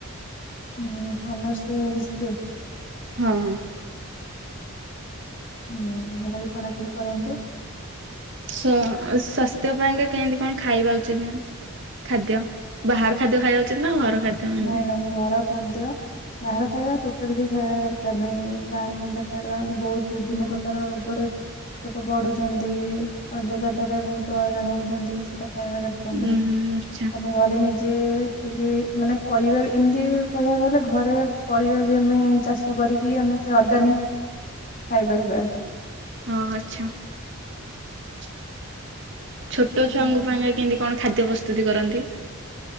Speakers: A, on the left; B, on the right.
A: ହଁ ଅନନର୍ସ ହିଷ୍ଟ୍ରି।
B: ହଁ ହଁ।
A: ହୁଁ ଭଲ ବିି ପଢାପଢି କରନ୍ତୁ
B: ସ୍ୱାସ୍ଥ୍ୟ ପାଇଁକା କେମିତି କଣ ଖାଇବା ଉଚିତ ନୁହଁ ଖାଦ୍ୟ ବାହାର ଖାଦ୍ୟ ଖାଇବାଉଚଛନ୍ତି ନା ଘର ଖାଦ୍ୟ ଏମିତି
A: ନାଇଁ ନାଇଁ ଘର ଖାଦ୍ୟ ବାହାର ଖାଇବା ଟୋଟାଲ ବି ଖାଇବା ଦରକାର ନାହିଁ ଏବଂ ବାହାର ଖାଦ୍ୟ ଖାଇଲା ବେଳକୁ ବହୁତ ବିଭିନ୍ନ ପ୍ରକାର ରୋଗରେ ଲୋକ ପଡୁଛନ୍ତି ଅଯଯ ଥା ରେ ବହୁତ ହଇରାଣ ହଉଛନ୍ତି ସେଟା ଖାଇବା ଦରକାର ଦରକାର
B: ଉୁଁ
A: ନାଇଁ
B: ହୁଁ ଆଚ୍ଛା
A: ଆମେ ଘରେ ନିଜେ ଠିକ ମାନେ ପରିବା ଏମିତି କହିବାକୁ ଗଲେ ଘରେ ପରିବା ବି ଆମେ ଚାଷ କରିକି ଆମେ ସେ ଅର୍ଗାନିକ ଖାଇପାରିବା।
B: ଓ ଆଛା ଛୋଟ ଛୁଆଙ୍କ
A: ହୁଁ।
B: ପାଇଁ କେମିତି କଣ ଖାଦ୍ୟ ପ୍ରସ୍ତୁତି କରନ୍ତି?